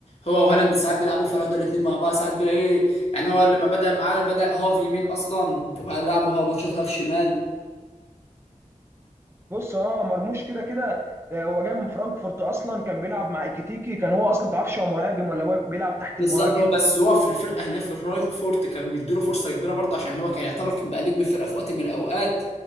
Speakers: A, on the left; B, on the right.
A: هو وهالاند ساعات بيلعبوا فراوده الاثنين مع بعض ساعات بيلاقي يعني هو لما بدأ معاه بدأ هاف يمين اصلا وبعد لعبه هاف ماتشات هاف شمال
B: بص اه مرموش كده كده آه، هو جاي من فرانكفورت اصلا كان بيلعب مع ايكيتيكي كان هو اصلا متعرفش هو مهاجم ولا هو بيلعب تحت
A: بالظبط
B: المهاجم
A: هو بس هو في الفرقه هنا في فرانكفورت كان مديله فرصه كبيره برضه عشان هو كان يعتبر كان بقى نجم الفرقه في وقت من الاوقات